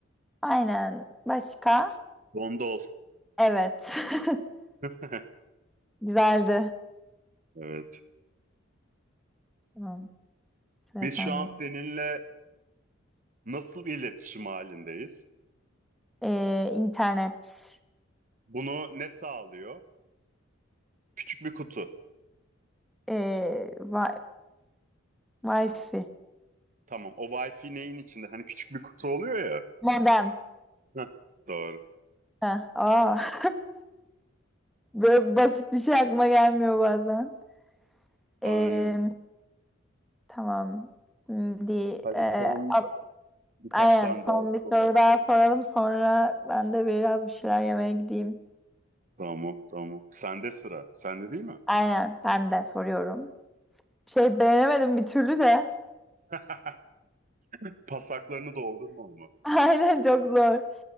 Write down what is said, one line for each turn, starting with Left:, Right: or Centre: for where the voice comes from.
Centre: Aynen. Başka?
Right: Dondol.
Centre: Evet. <laughs>
Right: <laughs>
Centre: Güzeldi.
Right: Evet.
Centre: Tamam. Sıra
Right: Biz
Centre: sende.
Right: şu an seninle nasıl iletişim halindeyiz?
Centre: Ee, internet.
Right: Bunu ne sağlıyor? Küçük bir kutu.
Centre: Ee, wi Wi-Fi.
Right: Tamam. O Wi-Fi neyin içinde? Hani küçük bir kutu oluyor ya.
Centre: Modem.
Right: Heh, doğru.
Centre: Ha, aa. <laughs> Böyle basit bir şey aklıma gelmiyor bazen. Ee,
Right: Aynen.
Centre: tamam. Şimdi
Right: Hadi
Centre: ee,
Right: son
Centre: a-
Right: birkaç
Centre: aynen
Right: tane
Centre: son
Right: daha yapalım.
Centre: bir soru daha soralım. Sonra ben de biraz bir şeyler yemeye gideyim.
Right: Tamam, tamam. Sende sıra. Sende değil mi?
Centre: Aynen. Ben de soruyorum. Şey beğenemedim bir türlü de.
Right: <laughs> Pasaklarını doldurma ama.
Centre: Aynen çok zor.